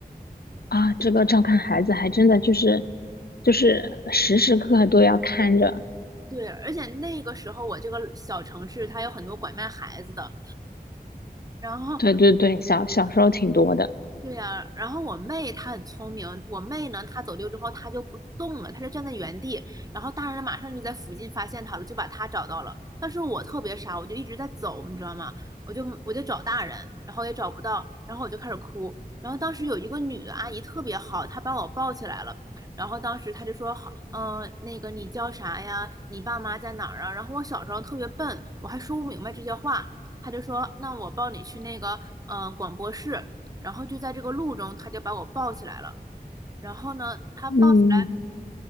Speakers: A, on the left (about 70°); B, on the right (about 20°).
A: 啊，这个照看孩子还真的就是就是时时刻刻都要看着。
B: 对，而且那个时候我这个小城市它有很多拐卖孩子的，然后
A: 对对对，小小时候挺多的。
B: 对呀，然后我妹她很聪明，我妹呢，她走丢之后她就不动了，她就站在原地，然后大人马上就在附近发现她了，就把她找到了。但是我特别傻，我就一直在走，你知道吗？我就我就找大人，然后也找不到，然后我就开始哭。然后当时有一个女的阿姨特别好，她把我抱起来了，然后当时她就说好，嗯、那个你叫啥呀？你爸妈在哪儿啊？然后我小时候特别笨，我还说不明白这些话，她就说那我抱你去那个嗯、呃广播室。然后就在这个路中，他就把我抱起来了。然后呢，他抱起来，
A: 嗯。